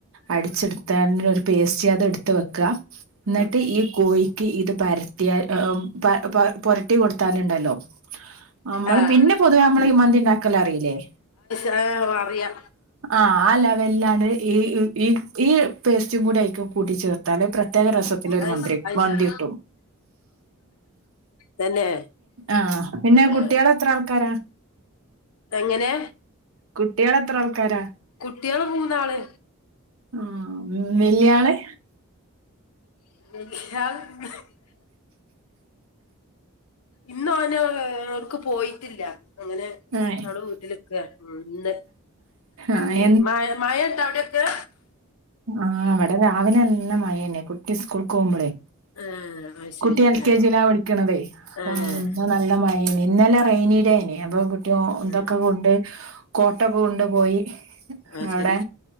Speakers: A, on the right; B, on the left.
A: അടിച്ചെടുത്തില്
B: ആഹ്
A: പേസ്റ്റ് അത് എടുത്ത് വെക്ക എന്നിട്ട്
B: ആഹ്
A: ഈ കോയി ഇത് പരത്തിയാ പ പെ പൊരട്ടി കൊടുത്താലുണ്ടല്ലോ നമ്മള്
B: ആഹ്
A: പിന്നെ പൊതുവേ നമ്മള് ഈ മന്തിണ്ടാക്കലറിലെ
B: <unintelligible> അറിയാ
A: ആ ലെവൽലാണ് ഈ ഈ ഈ പേസ്റ്റ് കൊറച്ച് കൂടി അയിക്ക് കൂട്ടിച്ചേർത്താല് പ്രത്യേക രസത്തില് ഒരു
B: അയ്ശ
A: മന്ത്രി
B: അയ്ശരി
A: മന്തി കിട്ടും
B: തന്നെ
A: ആഹ പിന്നെ
B: ഏഹ്
A: കുട്ടിയകളു എത്ര ആൾക്കാരാ
B: എങ്ങനെ
A: കുട്ടിയള് എത്ര ആൾക്കാരാ
B: കുട്ടികള് മൂന്നാള്
A: ആ വെല്യാള്
B: <unintelligible> ഇന്ന് ഓന് എവിടെക്കും പോയിട്ടില്ല അങ്ങനെ
A: ആഹ്
B: <unintelligible> വീട്ടിലിക്ക ഇന്ന് ഇന്ന്
A: ആഹ്
B: ഉം <unintelligible> അവിടൊക്കെ
A: ആ ഇവിടെ രാവിലെന്നെ <unintelligible> കുട്ടി സ്കൂൾക്ക് പോവുമ്പോളേ
B: ഏഹ് അത് ശരി
A: കുട്ടി എൽ
B: ഏഹ്
A: കെ ജിയിലാ പഠിക്കണതേ അപ്പം
B: ഏഹ്
A: ഇന്ന് നല്ല <unintelligible> ഇന്നലെ റെയിനിഡേ ഏനു അപ്പൊ കുട്ടി ഇതൊക്കെ
B: ഏഹ്
A: കൊണ്ട് കോട്ടോക്കെ കൊണ്ട്പോയി
B: അത്
A: അവിടെ
B: ശരി